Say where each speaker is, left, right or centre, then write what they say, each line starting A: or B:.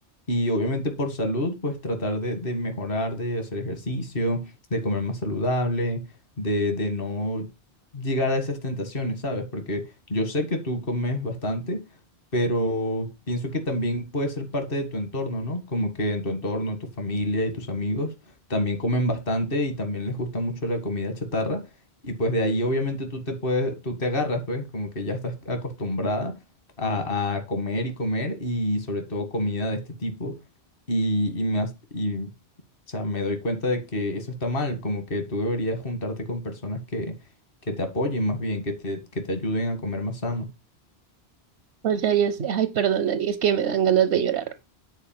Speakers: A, on the left; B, on the right.
A: y obviamente por salud pues tratar de, de mejorar, de hacer ejercicio, de comer más saludable, de, de no llegar a esas tentaciones, ¿sabes? Porque yo sé que tú comes bastante, pero pienso que también puede ser parte de tu entorno, ¿no? Como que en tu entorno, tu familia y tus amigos también comen bastante y también les gusta mucho la comida chatarra. Y pues de ahí obviamente tú te puedes, tú te agarras, pues como que ya estás acostumbrada a, a comer y comer y sobre todo comida de este tipo. Y, y, me has- y, o sea, me doy cuenta de que eso está mal, como que tú deberías juntarte con personas que, que te apoyen más bien, que te, que te ayuden a comer más sano.
B: O sea, yo sé, ay, perdón, Dani, es que me dan ganas de llorar.